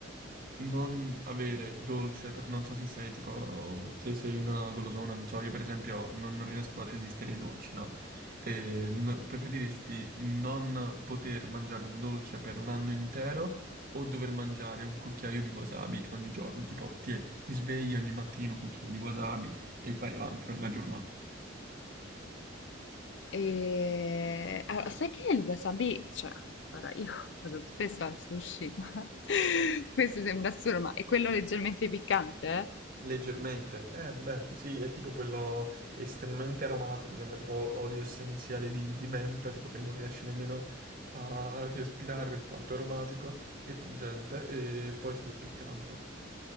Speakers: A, on the right (about 50°); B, on the left (about 65°).
A: non avere dolce per non so se sei tipo se sei una golosona, non so, io per esempio non, non riesco a resistere ai dolci, no? E no- preferiresti non poter mangiare un dolce per un anno intero o dover mangiare un cucchiaio di wasabi ogni giorno? Tipo ti, ti svegli ogni mattino un cucchiaio di wasabi e vai avanti per la giornata.
B: E... Allora, sai che il wasabi, cioè, ora io vado spesso al sushi, ma <laughs> questo sembra assurdo, ma è quello leggermente piccante,
A: Leggermente, eh beh, sì, è tipo quello estremamente aromatico, sembra tipo olio essenziale di, di menta, tipo che non riesci nemmeno a respirare per quanto è aromatico e pungente, e poi sì, è piccante.